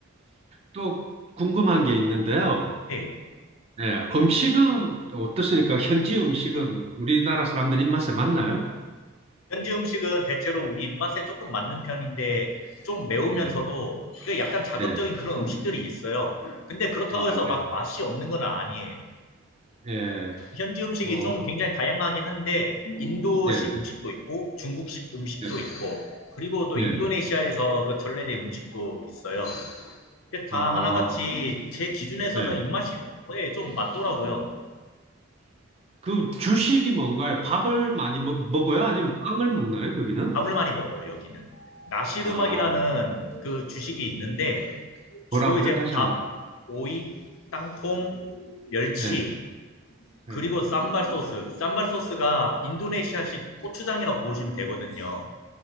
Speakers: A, on the right (about 30°); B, on the left (about 70°).
A: 또 궁금한 게 있는데요.
B: 네.
A: 예, 음식은 어떻습니까? 현지 음식은 우리나라 사람들 입맛에 맞나요?
B: 현지 음식은 대체로 우리 입맛에 조금 맞는 편인데 좀 매우면서도
A: 네,
B: 그 약간 자극적인
A: 예,
B: 그런 음식들이 있어요. 근데 그렇다고
A: 아,
B: 해서
A: 네,
B: 막 맛이 없는 건 아니에요.
A: 예,
B: 현지 음식이
A: 어,
B: 좀 굉장히 다양하긴 한데 인도식
A: 예,
B: 음식도 있고 중국식 음식도
A: 예,
B: 있고 그리고 또
A: 예,
B: 인도네시아에서 그 전래된 음식도 있어요. 근데 다
A: 아,
B: 하나같이 제 기준에서는
A: 예.
B: 입맛이 예, 좀 맞더라고요.
A: 그 주식이 뭔가요? 밥을 많이 먹, 먹어요? 아니면 빵을 먹나요? 거기는?
B: 밥을 많이 먹어요, 여기는. 나시르막이라는
A: 아,
B: 그 주식이 있는데 주로
A: 뭐라고요?
B: 이제
A: 다시
B: 밥,
A: 한번.
B: 오이, 땅콩, 멸치,
A: 예,
B: 그리고
A: 예.
B: 쌈발 소스. 쌈발 소스가 인도네시아식 고추장이라고 보시면 되거든요.